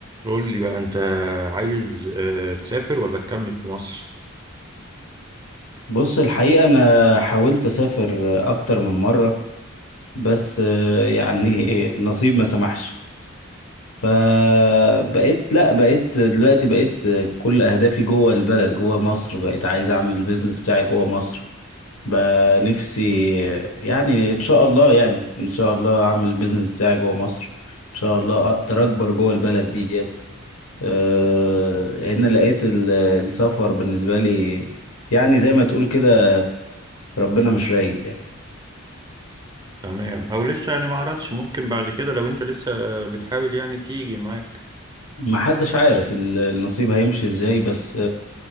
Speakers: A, on the right (about 20°); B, on the left (about 75°).
A: قول لي بقى انت عايز آه، تسافر ولا تكمل في مصر
B: بص الحقيقة أنا حاولت أسافر أكتر من مرة بس آه، يعني <laughs> نصيب ما سمحش فبقيت لا بقيت دلوقتي بقيت كل أهدافي جوه البلد جوه مصر بقيت عايز أعمل البيزنس بتاعي جوه مصر بقى نفسي آه، يعني إن شاء الله يعني إن شاء الله أعمل البيزنس بتاعي جوه مصر إن شاء الله أقدر أكبر جوه البلد ديت آه، لأن لقيت ال- السفر بالنسبة لي يعني زي ما تقول كده ربنا مش رايد يعني
A: تمام او لسه يعني ما قررتش ممكن بعد كده لو انت لسه بتحاول يعني تيجي معاك
B: ما حدش عارف ال- النصيب هيمشي ازاي بس